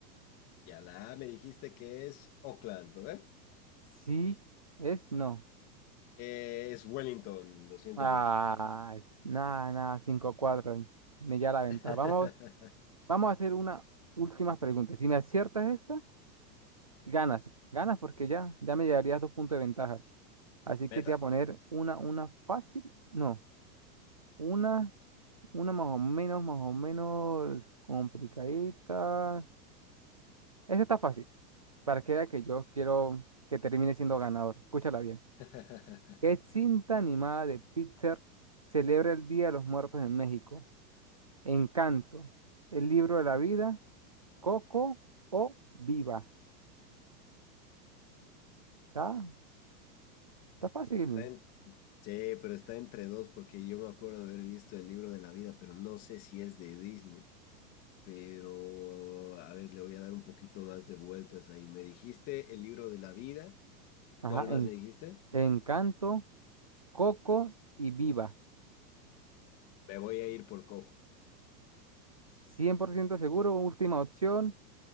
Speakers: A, on the left (about 30°); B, on the right (about 25°).
A: Ya la A me dijiste que es Auckland, ¿no ve?
B: Sí, es no.
A: Eh, es Wellington, lo siento
B: Ah,
A: mucho.
B: es- nada, nada, cinco cuatro Me ya la venta.
A: <laughs>
B: Vamos, vamos a hacer una última pregunta. Si me aciertas esta, ganas. Ganas porque ya, ya me llevarías dos puntos de ventaja. Así que
A: Meta.
B: te voy a poner una, una fácil. No, una. Una más o menos, más o menos complicadita. Esta está fácil, para que vea que yo quiero que termine siendo ganador. Escúchala bien.
A: <laughs>
B: ¿Qué cinta animada de Pixar celebra el Día de los Muertos en México? Encanto, El Libro de la Vida, Coco o Viva. Está, está fácil.
A: Está en Sí, pero está entre dos porque yo me acuerdo haber visto el libro de la vida, pero no sé si es de Disney. Pero, a ver, le voy a dar un poquito más de vueltas ahí. Me dijiste el libro de la vida.
B: Ajá,
A: ¿Cuál más
B: en,
A: me dijiste?
B: Encanto, Coco y Viva.
A: Me voy a ir por Coco.
B: cien por ciento seguro, última opción,